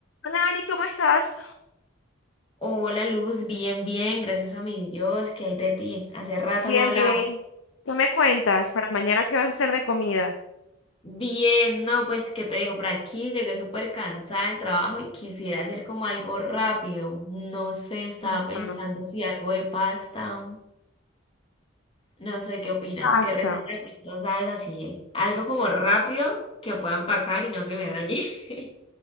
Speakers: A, on the left (about 70°); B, on the left (about 25°).
A: Hola, Ani, ¿cómo estás?
B: Hola Luz, bien, bien, gracias a mi Dios, ¿qué hay de ti? Hace rato
A: Bien,
B: no hablaba.
A: bien. ¿Qué me cuentas? Para mañana, ¿qué vas a hacer de comida?
B: Bien, no, pues, ¿qué te digo? Por aquí llegué súper cansada del trabajo y quisiera hacer como algo rápido. No sé, estaba
A: Ajá.
B: pensando si algo de pasta. No sé, ¿qué opinas?
A: Pasta.
B: ¿Qué receta de pronto sabes así? Algo como rápido que pueda empacar y no se me dañe. <laughs>